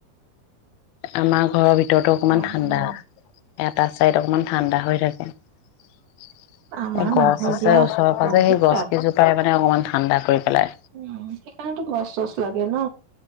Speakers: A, on the left; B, on the right.
A: আমাৰ ঘৰৰ ভিতৰত ভিতৰতো অকমান
B: অ
A: ঠাণ্ডা
B: দিয়া
A: এটা ছাইড অকণমান ঠাণ্ডা হৈ থাকে এ
B: আমাৰ
A: গছ
B: নহয়
A: আছে
B: দিয়া
A: ওচৰৰ পাজ
B: বহুত
A: যে সেই গছ
B: তাপ
A: কেইজোপাই মানে অকমান ঠাণ্ডা কৰি পেলাই
B: উম সেইকাৰণেতো গছ চছ লাগে ন